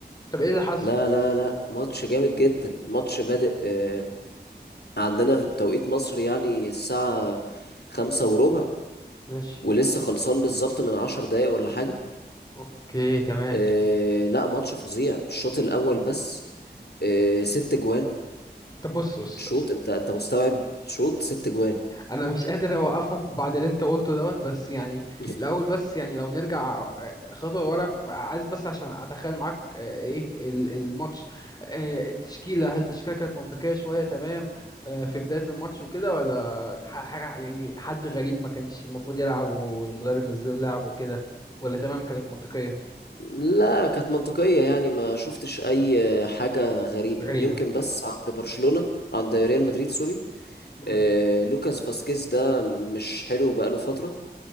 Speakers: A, on the left; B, on the left.
A: طب ايه اللي حصل
B: لا لا لا ماتش جامد جدا ماتش بادئ آه، عندنا في بتوقيت مصر يعني الساعه خمسة وربع
A: ماشي
B: ولسه خلصان بالظبط من عشر دقايق ولا حاجة
A: اوكي تمام
B: آه لا ماتش فظيع الشوط الاول بس آه ست جوان
A: طب بص بص
B: شوط انت انت مستوعب شوط ست جوان
A: انا مش قادر اوقفك بعد اللي انت قلته دوت بس يعني
B: <laughs>
A: الاول بس يعني لو نرجع آه، خطوه ورا ف- عايز بس عشان اتخيل معاك آه، ايه ال- الماتش آه، التشكيله هل التشكيله كانت منطقيه شويه تمام آه، في بدايه الماتش وكده ولا ح- حاجه يعني حد غريب ما كانش المفروض يلعب والمدرب نزل لعب وكده ولا تمام كانت منطقيه
B: لا كانت منطقية يعني ما شفتش أي
A: مم.
B: حاجة غريبة
A: غريبه
B: يمكن بس عند برشلونة عند ريال مدريد سوري
A: مم.
B: آه، لوكاس فاسكيز ده مش حلو بقاله فترة